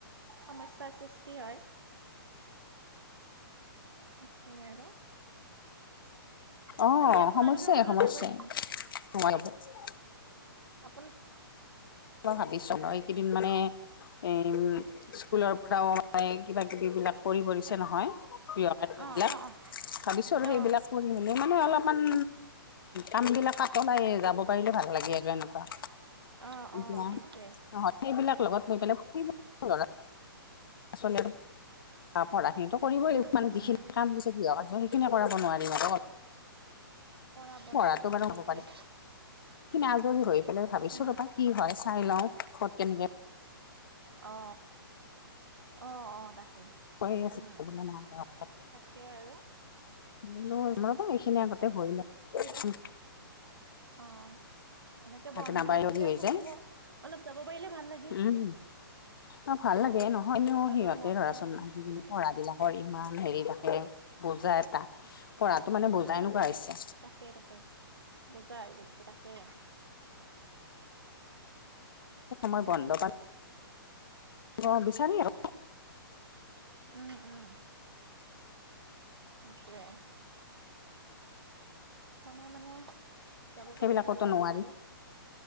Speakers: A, on the right; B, on the left.
A: সমস্যাৰ সৃষ্টি হয়। তাকে আৰু।
B: অ
A: বাকী আপোনালোকে
B: সমস্যাই
A: ক'লৈ
B: সমস্যাই
A: নাযায় নেকি
B: <unintelligible>
A: আপোন-
B: মই ভাবিছো ন এইকেইদিন মানে এ স্কুলৰ পৰাও মানে কিবা কিবিবিলাক কৰিব দিছে নহয়। কৃহ কাৰ্য্যবিলাক
A: অ', অ',
B: ভাবিছো আৰু
A: অ', অ',
B: সেইবিলাক কৰি মেলি মানে অলপমান কামবিলাকত তলাই যাব পাৰিলে ভাল লাগে এগ্ৰাই এনেকুৱা
A: অ। অ',
B: না
A: সেইটোৱে
B: নহ সেইবিলাক লগত লৈ ফুৰিব <unintelligible> <unintelligible> পৰাখিনিটো কৰিবই
A: উম,
B: লাগিব
A: উম,
B: মানে যিখিন
A: উম।
B: কাম দিছে গৃহ কাৰ্য সে- কিনে কৰাব নোৱাৰি <unintelligible>
A: কৰাব
B: <unintelligible>
A: লাগে
B: সেইখিনি
A: সেইটোৱে
B: আজৰি হৈ পেলাই ভাবিছো
A: উম।
B: ৰবা কি হয় চাই লওঁ খত কেনকে
A: অ অ অ তাকে।
B: কৈ আছো
A: উম।
B: <unintelligible>
A: তাকে আৰু
B: <unintelligible> এইখিনি আগতে হৈ ল
A: ফুৰিব
B: উহ
A: অ। এনেকে বন্ধ
B: নাবাৰ লগী
A: দিলে
B: হৈ
A: ফুৰিব
B: যায়
A: অলপ যাব পাৰিলে ভাল লাগে।
B: উম অ ভাল লাগে নহয়নেও
A: সিহঁতৰো
B: সিহঁতে
A: মন
B: ধৰাচোন
A: চন অলপমান
B: আজি
A: ভাল লাগে
B: পঢ়াবিলাক ঘৰ ইমান হেৰি থাকে বুজা এটা পঢ়াতো মানে
A: উম,
B: বুজাই
A: উম।
B: নোকোৱা হৈছে।
A: তাকে তাকে বুজা হৈ গৈছে তাকে
B: সময় বন্ধ পাল- অ বিচাৰি আৰ
A: <inaudible> উম উম। সেইটোৱে ধণে মানে যাব
B: সেইবিলাকতো
A: পাৰিলে ভাল লাগে
B: নোৱাৰি
A: আৰু